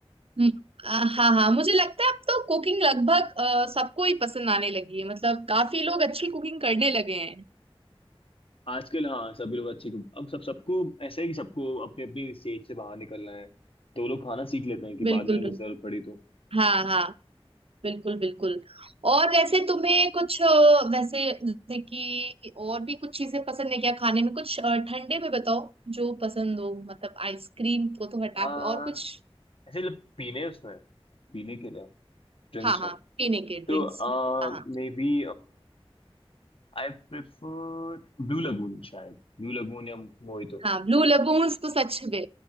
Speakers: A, on the right; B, on the left.
A: हम्म, आ, हाँ हाँ मुझे लगता है अब तो कुकिंग लगभग अ, सबको ही पसंद आने लगी है मतलब काफी लोग अच्छी कुकिंग करने लगे हैं
B: आजकल हाँ सभी लोग अच्छे को अब सब सबको ऐसा है कि सबको अपनी अपनी स्टेज से बाहर निकलना है तो वो लोग खाना सीख लेते हैं कि
A: बिल्कुल
B: बाद में अगर
A: बिल्कुल
B: जरूरत पड़ी तो
A: हाँ हाँ बिल्कुल बिल्कुल और वैसे तुम्हें कुछ अ, वैसे जैसे कि और भी कुछ चीजें पसंद है क्या खाने में कुछ अ, ठंडे में बताओ जो पसंद हो मतलब आइसक्रीम को तो हटा
B: आ,
A: के और कुछ
B: ऐसे लोग पीने उसमें पीने के लिए ड्रिंक्स
A: हाँ हाँ
B: में
A: पीने के ड्रिंक्स
B: तो आ,
A: हाँ
B: may
A: हाँ
B: be I prefer blue lagoon शायद ब्लू लगून या मोहितो
A: हाँ ब्लू लगून्स तो सच में